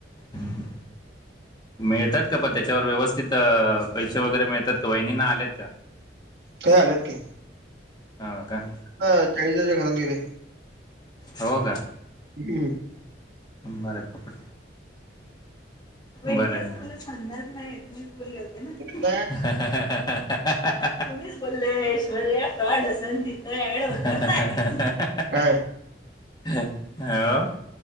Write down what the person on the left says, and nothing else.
हू हू मिळतात का प त्याच्यावर व्यवस्थित पैसे वगैरे मिळतात का? वहिणींना आलेत का?
ह का.
हो का.
बर पापर बर तुम्हीच बोले होते ना,
ह ह हा हा हा तुम्हीच बोलले ऐश्वर्या एड हो संगीता एड हो
ह हो.